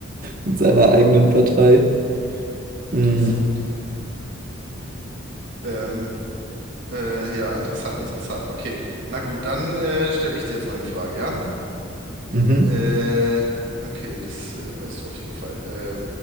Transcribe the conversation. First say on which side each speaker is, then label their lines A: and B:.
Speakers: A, on the right; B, on the right.
A: mit seiner
B: Wow,
A: eigenen Partei.
B: interessant.
A: Mm,
B: Ähm, äh, ja, interessant, interessant. Okay, na gut, dann äh, stelle ich dir jetzt mal eine Frage, ja?
A: Mhm.
B: Äh, okay, das äh, weißt du auf jeden Fall.